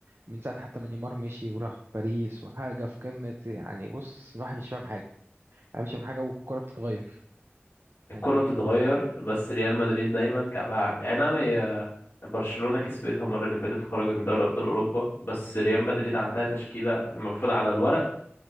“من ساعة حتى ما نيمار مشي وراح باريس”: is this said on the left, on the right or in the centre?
Right